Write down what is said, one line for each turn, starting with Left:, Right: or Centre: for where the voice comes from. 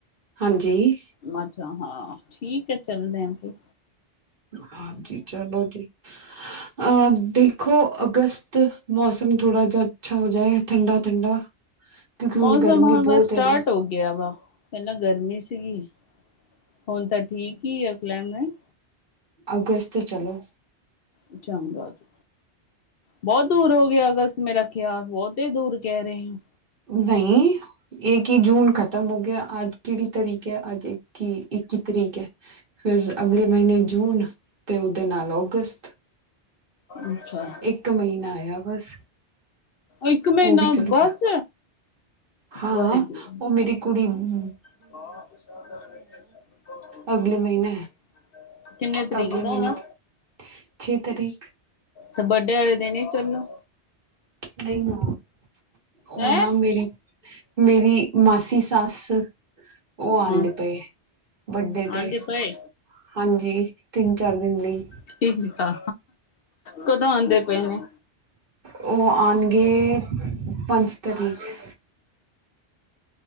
Right: ਹਾਂਜੀ।
Left: ਮੱਛਾ ਹਾਂ, ਠੀਕ ਹੈ ਚੱਲਦੇ ਹਾਂ ਫੇਰ।
Right: ਹਾਂਜੀ ਚਲੋ ਜੀ। ਅ ਦੇਖੋ ਅਗਸਤ ਮੌਸਮ ਥੋੜਾ ਜਿ ਅੱਛਾ ਹੋ ਜਾਏ, ਠੰਡਾ- ਠੰਡਾ। <inaudible>
Left: ਮੌਸਮ
Right: ਗਰਮੀ
Left: ਹੁਣ
Right: ਬਹੁਤ
Left: ਬਸ ਸਟਾਰਟ
Right: ਹੈ ਨਾ
Left: ਹੋ ਗਿਆ। ਗਿਆ ਵਾ ਪਹਿਲਾਂ ਗਰਮੀ ਸੀਗੀ, ਹੁਣ ਤਾਂ ਠੀਕ ਹੀ ਆ ਕਲਾਈਮੇਟ।
Right: ਅਗਸਤ ਚਲੋ।
Left: ਉੱਚਾਗਾਤ। ਬਹੁਤ ਦੂਰ ਹੋ ਗਿਆ ਅਗਰ, ਮੈਂਰੇ ਖਿਆਲ ਬਹੁਤ ਹੀ ਦੂਰ ਕਹਿ ਰਹੇ ਹੋ।
Right: ਨਹੀਂ। ਏ ਕੀ ਜੂਨ ਖਤਮ ਹੋ ਗਿਆ। ਅੱਜ ਕਿਹੜੀ ਤਾਰੀਕ ਹੈ, ਅੱਜ ਇੱਕ ਹੀ ਇੱਕੀ ਤਰੀਕ ਹੈ। ਫੇਰ ਅਗਲੇ ਮਹੀਨੇ ਜੂਨ ਅਤੇ ਉਹਦੇ ਨਾਲ ਔਗਸਤ।
Left: ਅੱਛਾ
Right: ਇੱਕ ਮਹੀਨਾ ਆਇਆ ਬਸ।
Left: ਇੱਕ ਮਹੀਨਾ
Right: ਉਹ ਵੀ ਚਲੇ
Left: ਬਸ
Right: ਜਾ ਹਾਂ
Left: ਵਾਹਿਗੁਰੂ।
Right: ਉਹ ਮੇਰੀ ਕੁੜੀ, ਹੂੰ।
Left: <unintelligible>
Right: ਅਗਲੇ ਮਹੀਨੇ
Left: ਕਿੰਨੇ
Right: ਤਾਂ
Left: ਤਰੀਕ
Right: ਅਗਲੇ ਮਹੀਨੇ
Left: ਦਾ ਉਹਦਾ
Right: ਦੀ ਛੇ ਤਾਰੀਖ।
Left: ਤੇ ਬਰਡੇ ਵਾਲੇ ਦਿਨ ਹੀ ਚਲੋ,
Right: ਨਹੀਂ ਨਾ ਉਹ
Left: ਹੈਂ।
Right: ਨਾ ਮੇਰੀ ਮੇਰੀ ਮਾਸੀ ਸੱਸ, ਉਹ ਆਉਂਦੇ
Left: ਹੂੰ
Right: ਪਏ, ਵੱਡੇ ਤੇ
Left: ਆਂਦੇ ਪਏ
Right: ਹਾਂਜੀ। ਤਿੰਨ, ਚਾਰ ਦਿਨ ਲਈ।
Left: ਠੀਕ ਆ ਕਦੋਂ ਆਉਂਦੇ ਪਏ ਨੇ?
Right: ਉਹ ਆਉਣਗੇ ਪੰਜ ਤਰੀਕ।